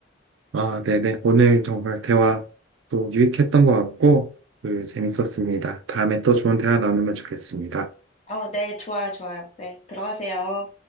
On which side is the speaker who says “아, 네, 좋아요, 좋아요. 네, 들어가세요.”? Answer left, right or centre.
Left